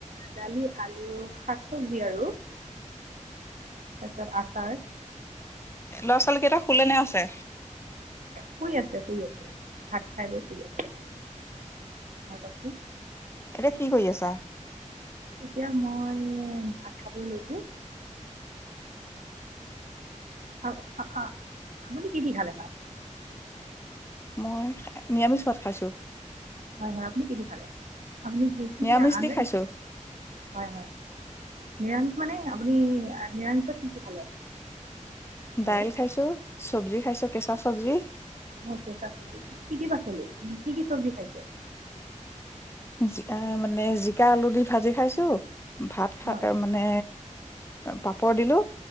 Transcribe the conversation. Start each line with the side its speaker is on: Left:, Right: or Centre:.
Right: দালি আলু শাক চবজি আৰু তাৰপিছত আচাৰ।
Left: ল'ৰা ছোৱালী কেইটা শুলেনে আছে
Right: শুই আছে শুই আছে ভাত খাই বৈ শুই আৰু কোৱা চোন
Left: এতিয়া কি কৰি আছা?
Right: এতিয়া মই ভাত খাবলৈ লৈছোঁ, আ আ আপুনি কি কি খালে ভাত?
Left: মই নিৰামিষ ভাত খাইছো
Right: হয় হয় আপুনি কি দি খালে? আপুনি কি কি
Left: নিৰামিষ
Right: দি আৰে
Left: খাইছো।
Right: হয় হয়। নিৰামিষ মানে আপুনি, নিৰামিষত কি কি খালে হেল্ল'
Left: দাইল খাইছো, চব্জি খাইছো, কেঁচা চব্জি।
Right: মোৰ কেচাঁ চব্জি কি কি পাচলি কি কি চব্জি খাইছে?
Left: জিকা, মানে জিকা আলু দি ভাজি খাইছো ভাত খা
Right: হয়
Left: মানে পাপৰ দিলোঁ।